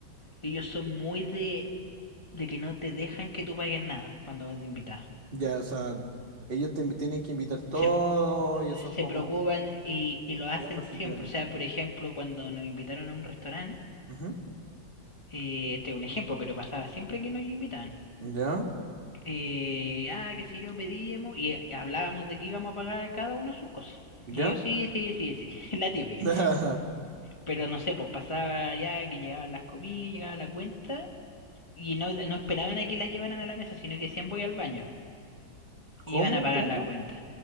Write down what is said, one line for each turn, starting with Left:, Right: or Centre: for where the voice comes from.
Left: ellos son muy de, de que no te dejan que tú pagues nada cuando vas de invitada.
Right: Ya, o sea, ellos te invi- tienen que invitar todo
Left: Se,
Right: y eso
Left: se
Right: es como
Left: preocupan y, y lo hacen
Right: buenos anfitriones.
Left: siempre. O sea, por ejemplo, cuando nos invitaron a un restaurante,
Right: Ujú.
Left: eh, este es un ejemplo, pero pasaba siempre que nos invitaban.
Right: Ya,
Left: Eh, ah, qué sé yo, pedíamos y eh, hablábamos de que íbamos a pagar cada uno sus cosas.
Right: ya.
Left: Y ellos, sí, sí, sí, sí, <laughs> la típica.
Right: <laughs>
Left: Pero no sé, pues pasaba ya que llegaban las comidas, llegaba la cuenta y no, no esperaban a que la llevaran a la mesa, sino que decían voy al baño.
Right: ¿Cómo?
Left: Y iban a pagar
Right: ¿Cómo?
Left: la cuenta.